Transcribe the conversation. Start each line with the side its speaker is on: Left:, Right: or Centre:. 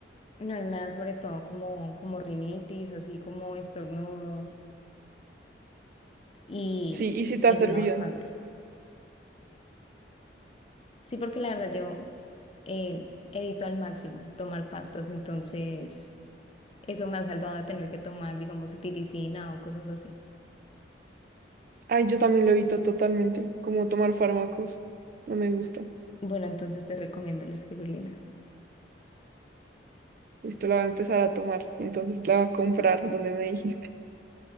Left: No, y me da sobre todo como, como rinitis, así como estornudos, y
Right: Sí, y si te
Left: me
Right: ha
Left: ayuda
Right: servido.
Left: bastante. Sí, porque la verdad yo eh, evito al máximo tomar pastas, entonces eso me ha salvado de tener que tomar, digamos, cetiricina o cosas así.
Right: Ay, yo también lo evito totalmente, como tomar fármacos. No me gusta.
Left: Bueno, entonces te recomiendo la espirulina.
Right: Esto la voy a empezar a tomar, entonces la voy a comprar donde me dijiste.